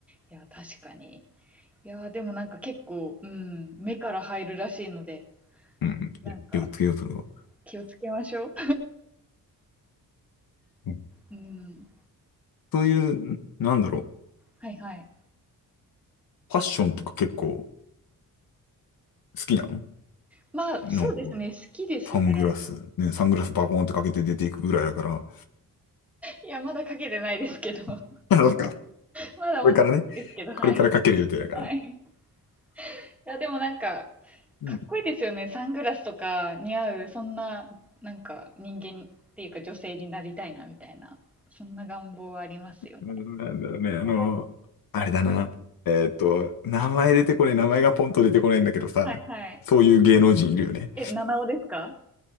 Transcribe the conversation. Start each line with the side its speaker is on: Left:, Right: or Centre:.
Centre: や、確かに。いや、でもなんか結構、うん、目から入るらしいので、
Left: う。うん。
Centre: なんか
Left: いや気をつけようとは。
Centre: 気をつけましょう。
Left: うん。
Centre: うん。
Left: そういう、なんだろう。
Centre: はいはい。
Left: ファッションとか結構好きなの
Centre: まあ、
Left: なんか、
Centre: そうですね、好きですね。
Left: サングラス、ね、サングラスバコーンってかけて出ていくぐらいだから、
Centre: いや、まだかけてないですけど。<laughs>
Left: <laughs> なんか、
Centre: まだ持ってないですけど、
Left: これからね、
Centre: はい。
Left: これからかける予定だからね。
Centre: はい。いや、でもなんか、
Left: うん。
Centre: かっこいいですよね。サングラスとか似合う、そんな、なんか人間っていうか女性になりたいな、みたいな。そんな願望はありますよね。
Left: なんだろうね、あの、
Centre: はい
Left: あれだな。えっと、名前出てこねえ、名前がポンと出てこねえんだけどさ、
Centre: はい。はい
Left: そういう芸能人いるよね。
Centre: え、七尾ですか